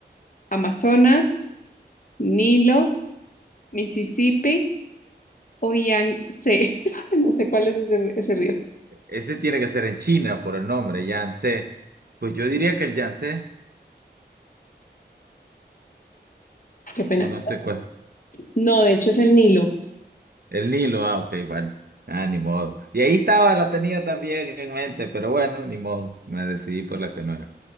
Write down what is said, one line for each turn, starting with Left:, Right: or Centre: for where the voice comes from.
Left: ¿Amazonas, Nilo, Mississippi o Yangtze? <laughs> No sé cuál es ese, ese río.
Right: Ese tiene que ser en China por el nombre, Yangtze. Pues yo diría que el Yangtze,
Left: Qué pena.
Right: o no sé cuál.
Left: No, de hecho es el Nilo.
Right: El Nilo, ah, ok, bueno. Ah, ni modo. Y ahí estaba, la tenía también en mente, pero bueno, ni modo. Me decidí por la que no era.